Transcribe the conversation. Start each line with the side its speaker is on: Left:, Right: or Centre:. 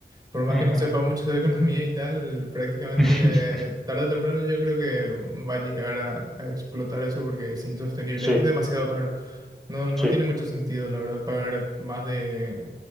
Right: Por más
Centre: ujú.
Right: que no sepa mucho de economía y tal, prácticamente
Centre: <laughs>
Right: eh, tarde o temprano yo creo que va a llegar a a explotar eso porque es insostenible,
Centre: Sí,
Right: es demasiado caro. No, no
Centre: sí.
Right: tiene mucho sentido, la verdad, pagar más de...